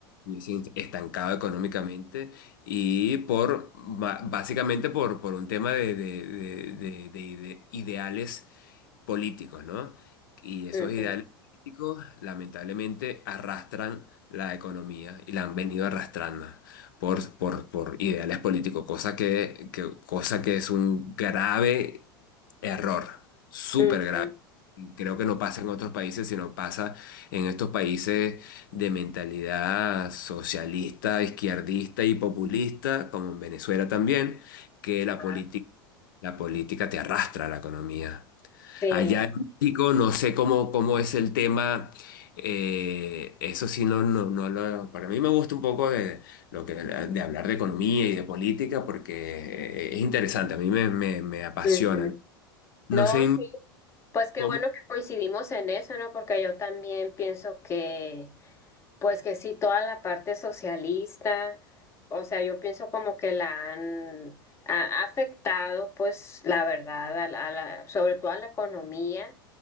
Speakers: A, on the left; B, on the left.
A: estuviese estancado económicamente y por ba- básicamente por, por un tema de, de- de- de- de ide- ideales políticos, ¿no? Y esos
B: Ujú,
A: ideales políticos lamentablemente arrastran la economía y la han venido arrastrando por, por, por ideales políticos, cosa que, que- cosa que es un grave error, súper
B: ujú.
A: grave. Y Creo que no pasa en otros países, sino pasa en estos países de mentalidad socialista, izquierdista y populista, como en Venezuela también, que la
B: Ah,
A: política, la política te arrastra a la economía.
B: Sí.
A: Allá en México, no sé cómo, cómo es el tema. eh, eso sí, no, no, no lo. Para mí me gusta un poco de, lo que, de hablar de economía y de política porque eh, es interesante, a mí me, me, me apasiona.
B: ujú. No,
A: No sé
B: sí, pues qué
A: cómo.
B: bueno que coincidimos en eso, ¿no? Porque yo también pienso que, pues que sí, toda la parte socialista, o sea, yo pienso como que la han ha ha afectado, pues la verdad, a la, a la- sobre todo a la economía.